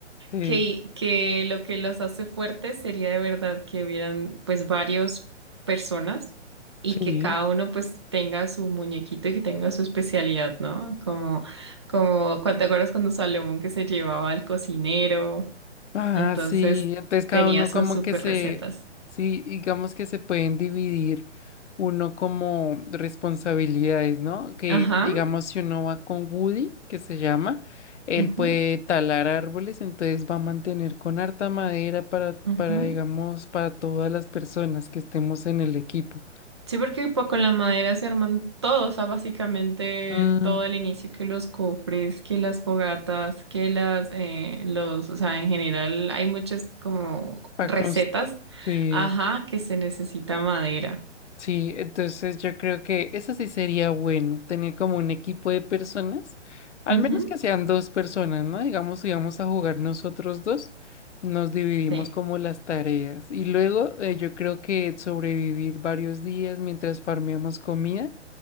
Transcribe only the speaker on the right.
que, que lo que los hace fuertes sería de verdad que hubieran pues varios personas y
que cada uno pues tenga su muñequito y que tenga su especialidad, ¿no? Como, como, ¿cu- ¿te acuerdas cuando Salomón que se llevaba al cocinero?
Entonces
tenía
sus
super
recetas.
Ajá.
Ujú,
ujú.
Sí, porque pues, con la madera se arman todo, o sea, básicamente
todo el inicio, que los cofres, que las fogatas, que las, eh, los, o sea, en general hay muchas como
recetas,
ajá, que se necesita madera.
Ujú,
sí.